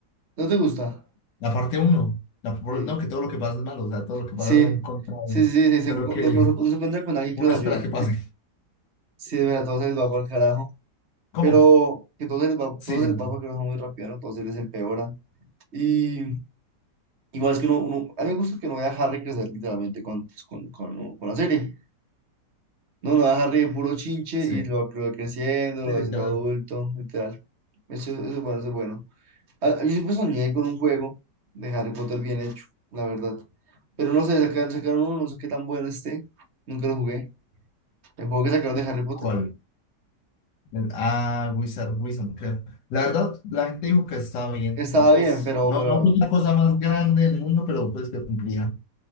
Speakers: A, on the right; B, on the left.
A: ¿No te gusta?
B: La parte uno, la, por-
A: Sí.
B: no, que todo lo que pasa es malo, o sea, todo lo que
A: Sí,
B: pasa va en contra
A: sí,
B: de,
A: sí, sí, sí, se-
B: de lo
A: no,
B: que
A: no se no se encuentra con alguien
B: uno
A: que los
B: espera
A: ayude.
B: que pase.
A: Sí, de verdad, todo se les va por el carajo.
B: ¿Cómo?
A: pero que todo se les va,
B: Sí,
A: todo se
B: sí,
A: les va que baja muy rápido, ¿no? Todo se les empeora. Y igual es que uno, uno- a mí me gusta que no vea a Harry crecer literalmente con, pues, con, con, con la serie. No, lo ve a Harry de puro chinche
B: sí.
A: y lo, lo va creciendo, lo
B: Sí,
A: va
B: sí,
A: haciendo
B: tal
A: adulto, literal. Eso, eso es bueno, eso es bueno. Ah, Yo siempre soñé con un juego de Harry Potter bien hecho, la verdad. Pero no sé, sacaron, sacaron uno, no sé qué tan bueno esté. Nunca lo jugué. El juego que sacaron de Harry Potter
B: cuál El- Ah, Wizard Wilson, creo. La verdad, la gente dijo que estaba bien,
A: estaba
B: y pues,
A: bien, pero,
B: no,
A: pero
B: no fue la cosa más grande del mundo, pero pues que cumplía.